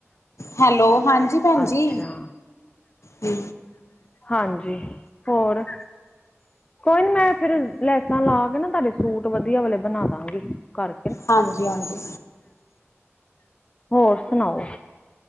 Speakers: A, on the left (about 75°); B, on the left (about 25°).
A: ਹੈਲੋ, ਹਾਂਜੀ ਭੈਣ
B: ਅੱਛਾ
A: ਜੀ। ਹੂੰ
B: ਹਾਂਜੀ, ਹੋਰ। ਕੋਈ ਨੀ ਮੈਂ ਫੇਰ, ਲੈਸਾਂ ਲਾ ਕੇ ਨਾ ਤਾਡੇ ਸੂਟ ਵਧੀਆ ਵਾਲੇ ਬਣਾ ਦਾਂਗੀ, ਕਰ
A: ਹਾਂਜੀ, ਹਾਂਜੀ।
B: ਹੋਰ ਸੁਣਾਓ।